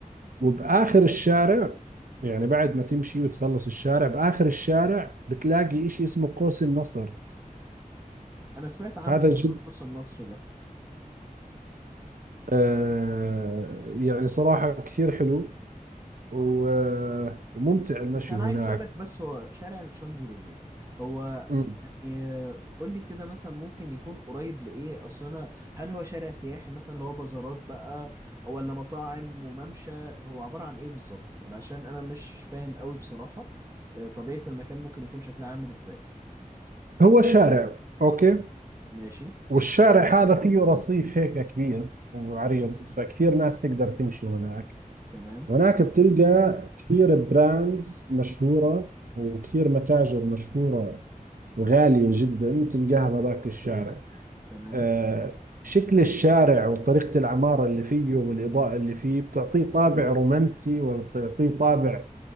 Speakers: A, on the right; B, on the right.
A: وبآخر الشارع يعني بعد ما تمشي وتخلص الشارع بآخر الشارع بتلاقي إشي اسمه قوس النصر
B: انا سمعت عنه
A: هذا
B: تقريبا
A: جد
B: قوس النصر ده
A: آه يعني صراحة كثير حلو و- وممتع المشي
B: بس انا
A: هناك
B: عايز اسالك بس هو شارع الشانزليزيه هو
A: م.
B: ي- قول لي كده مثلا ممكن يكون قريب لايه اصل انا هل هو شارع سياحي مثلا اللي هو بازارات بقى ولا مطاعم وممشى هو عباره عن ايه بالظبط عشان انا مش فاهم قوي بصراحه آه، طبيعه المكان ممكن يكون شكلها عامل ازاي
A: هو شارع أوكي
B: ماشي
A: والشارع هذا فيه رصيف هيك كبير وعريض فكثير ناس تقدر تمشي هناك
B: تمام
A: هناك بتلقى كثير براندز مشهورة وكثير متاجر مشهورة وغالية جدا تلقاها بهذاك الشارع
B: تمام
A: آه، شكل الشارع وطريقة العمارة اللي فيه والإضاءة اللي فيه بتعطيه طابع رومانسي وبتعطيه طابع